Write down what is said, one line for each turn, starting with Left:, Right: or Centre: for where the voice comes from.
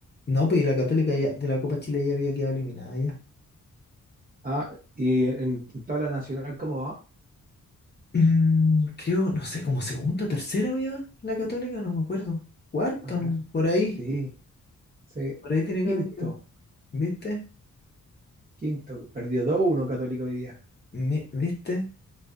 Left: no, pues y la Católica ya, de la Copa Chile ya había quedado eliminada
Right: Ah, y en tabla nacional, ¿cómo va?
Left: Mm, creo, no sé, como segunda, tercera ya, la Católica, no me acuerdo. Cuarta,
Right: A ver.
Left: no, por ahí,
Right: Sí, sí.
Left: por ahí tiene que
Right: Quinto,
Left: haber ido, ¿viste?
Right: quinto. Perdió dos uno Católica hoy día.
Left: Mi- ¿viste?